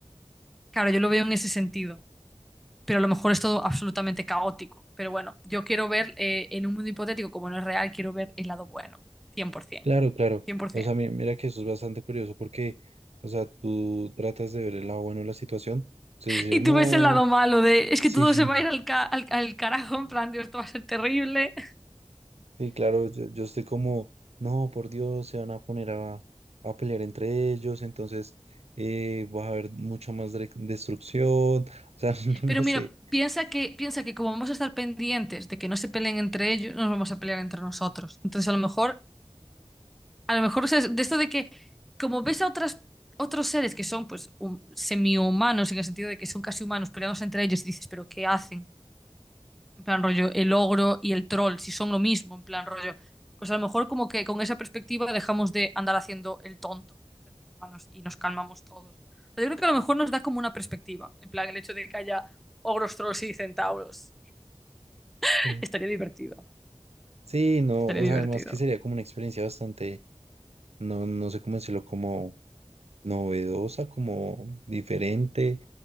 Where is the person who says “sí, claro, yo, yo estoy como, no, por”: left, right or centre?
Right